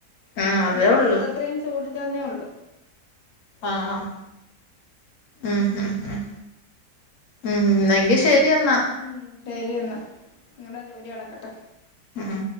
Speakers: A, on the left (about 60°); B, on the left (about 85°).
A: ആഹ് അതേ
B: നേരത്തത്തെ
A: ഉള്ളു
B: അത്രയും ചൂട് ഇല്ലാ ന്നുള്ളൂ
A: ആആഉ ഉ ഉം ഉം എങ്കിൽ ശരി എന്നാ
B: ഉം ശരിയാ ന്ന നിങ്ങളുടെ ജോലി നടക്കട്ടെ
A: ആഹ